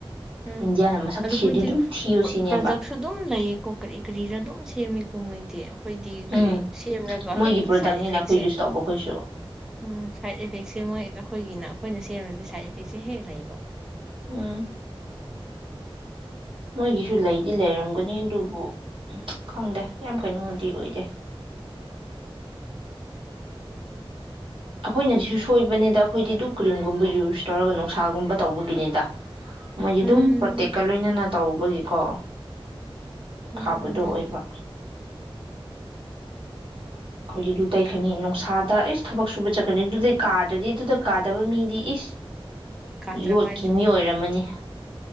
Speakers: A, in the centre; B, on the right (about 60°).
A: ꯎꯝ
B: ꯏꯟꯗꯤꯌꯥꯅ ꯃꯁꯛ
A: ꯑꯗꯨ
B: ꯊꯤꯔꯗꯤ
A: ꯃꯣꯏꯗꯤ
B: ꯑꯗꯨꯝ ꯊꯤꯌꯣ ꯁꯤꯅꯦꯕ
A: ꯄ꯭ꯔꯗꯛꯁꯨ ꯑꯗꯨꯝ ꯂꯩꯌꯦꯀꯣ ꯀꯔꯤ ꯀꯔꯤꯔ ꯑꯗꯨꯝ ꯁꯦꯝꯃꯦꯀꯣ ꯃꯣꯏꯗꯤ ꯑꯩꯈꯣꯏꯗꯤ
B: ꯎꯝ
A: ꯀꯔꯤ ꯁꯦꯝꯔꯒ
B: ꯃꯣꯏꯒꯤ
A: ꯍꯦꯛꯇ
B: ꯄ꯭ꯔꯗꯛꯅꯤꯅ
A: ꯁꯥꯏꯠ ꯏꯐꯦꯛꯁꯦ
B: ꯑꯩꯈꯣꯏ ꯌꯨꯁ ꯇꯧꯕ ꯑꯩꯈꯣꯏꯁꯨ
A: ꯎꯝ ꯁꯥꯏꯠ ꯏꯐꯦꯛꯁꯦ ꯃꯣꯏꯒ ꯑꯩꯈꯣꯏꯒꯤꯅ ꯑꯩꯈꯣꯏꯅ ꯁꯦꯝꯕꯗꯤ ꯁꯥꯏꯠ ꯏꯐꯦꯛꯁꯦ ꯍꯦꯛ ꯂꯩꯕ
B: ꯎꯝ ꯃꯣꯏꯒꯤꯁꯨ ꯂꯩꯗꯤ ꯂꯩꯔꯝꯒꯅꯤ ꯑꯗꯨꯕꯨ ꯎ ꯈꯪꯗꯦ ꯌꯥꯝ ꯀꯩꯅꯨꯡꯗꯤ ꯑꯣꯏꯗꯦ ꯑꯩꯈꯣꯏꯅꯗꯤꯁꯨ ꯁꯣꯏꯕꯅꯤꯗ ꯑꯩꯈꯣꯏꯗꯤ ꯗꯨ ꯀ꯭ꯔꯤꯝꯒꯨꯝꯕ ꯌꯨꯁ ꯇꯧꯔꯒ ꯅꯨꯡꯁꯥꯒꯨꯝꯕ ꯇꯧꯕꯒꯤꯅꯤꯗ ꯃꯣꯏꯁꯨ ꯑꯗꯨꯝ
A: ꯎꯝ
B: ꯄ꯭ꯔꯇꯦꯛꯀ ꯂꯣꯏꯅꯅ ꯇꯧꯕꯒꯤꯀꯣ
A: ꯑꯗꯨꯕꯨꯗꯤ
B: ꯐꯥꯕꯗꯣ ꯑꯣꯏꯕ
A: ꯍꯣꯏ
B: ꯑꯈꯣꯏ ꯏꯗꯤ ꯑꯗꯨ ꯇꯩꯀꯅꯤ ꯅꯨꯡꯁꯥꯗ ꯏꯁ ꯊꯕꯛ ꯁꯨꯕ ꯆꯠꯀꯅꯤ ꯑꯗꯨꯗꯤꯩ ꯀꯥꯗ꯭ꯔꯗꯤ ꯑꯗꯨꯗ ꯀꯥꯗꯕ ꯃꯤꯗꯤ ꯏꯁ
A: ꯀꯥꯗ꯭ꯔꯕ
B: ꯌꯣꯠꯀꯤ
A: ꯍꯥꯏꯗꯨꯅꯤ
B: ꯃꯤ ꯑꯣꯏꯔꯝꯃꯅꯤ